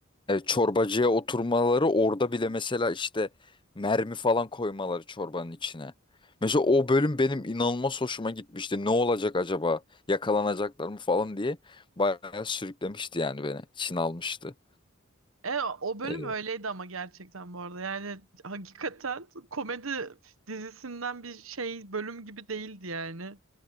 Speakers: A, on the left; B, on the right.
A: e, çorbacıya oturmaları orada bile mesela işte mermi falan koymaları çorbanın içine. Mesela o bölüm benim inanılmaz hoşuma gitmişti. Ne olacak acaba? Yakalanacaklar mı falan diye bayağı sürüklemişti yani beni. Çin almıştı.
B: E, o bölüm
A: E,
B: öyleydi ama gerçekten bu arada. Yani hakikaten komedi dizisinden bir şey bölüm gibi değildi yani.